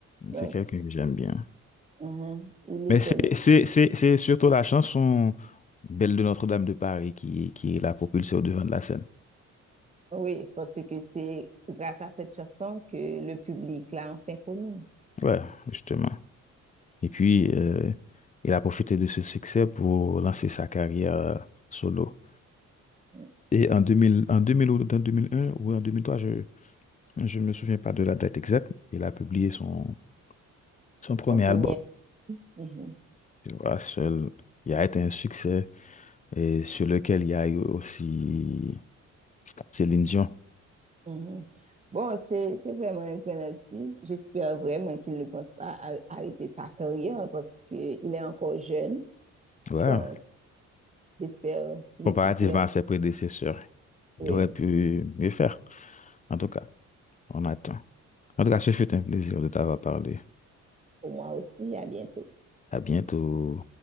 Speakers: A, on the right; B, on the left.
A: Donc,
B: c'est quelqu'un que j'aime bien.
A: mhm. Il
B: Mais
A: essaie
B: c'est
A: de...
B: c'est- c'est- c'est surtout la chanson Belle de Notre-Dame de Paris qui, qui l'a propulsée au devant de la scène.
A: Oui, parce que c'est grâce à cette chanson que le public l'a enfin connu.
B: Ouais, justement. Et puis, euh, il a profité de ce succès pour lancer sa carrière euh, solo.
A: Mmh,
B: Et en 2000, en 2000 ou en 2001 ou en 2003, je ne me souviens pas de la date exacte, il a publié son, son premier
A: En première.
B: album.
A: Mhm.
B: Voilà, seul, il a été un succès et sur lequel il y a eu aussi Céline Dion.
A: Mhm. Bon, c'est, c'est vraiment un grand artiste. J'espère vraiment qu'il ne pense pas à arrêter sa carrière parce qu'il est encore jeune.
B: Ouais.
A: Donc, j'espère l'écouter.
B: Comparativement à ses prédécesseurs,
A: Oui,
B: il aurait pu mieux faire. En tout cas, on attend. En tout cas, ce fut un plaisir de t'avoir parlé.
A: pour moi aussi. À bientôt.
B: À bientôt.